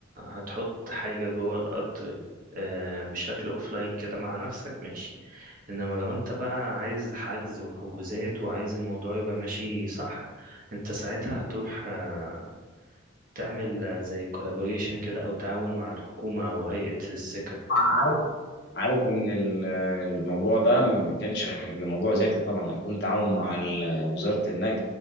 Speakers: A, on the right; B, on the left.
A: هتحط حاجة جوه القط آه، بشكل اوفلاين كده مع نفسك ماشي انما لو انت بقى عايز حجز وحجوزات وعايز الموضوع يبقى ماشي صح انت ساعتها هتروح آه، تعمل آه، زي كولابوريشن كده او تعاون مع الحكومة او هيئة السكك
B: عارف عارف ان ال- الموضوع ده ما كانش هيبقى موضوع ذاتي طبعا هيكون تعاون مع ال- وزارة النقل